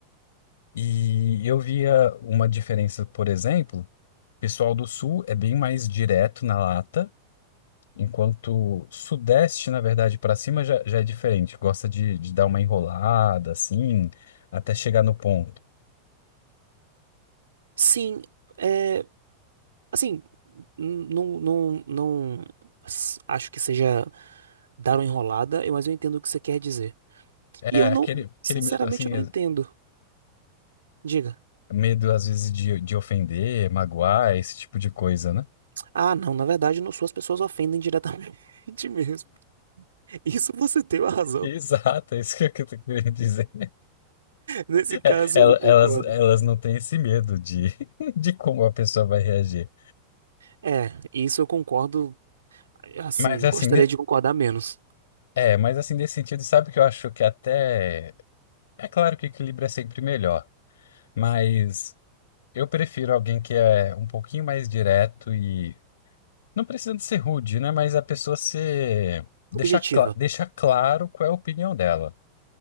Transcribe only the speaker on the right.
Sim, é. Assim, não, não, não s- acho que seja dar uma enrolada, eu- mas eu entendo o que você quer dizer.
E eu
não, sinceramente,
eu não
entendo. Diga.
Ah, não, na verdade, não sou, as pessoas ofendem diretamente <laughs> mesmo. Isso você tem uma razão.
Nesse caso,
eu concordo.
É, isso eu concordo, assim,
gostaria
de concordar menos.
Objetiva.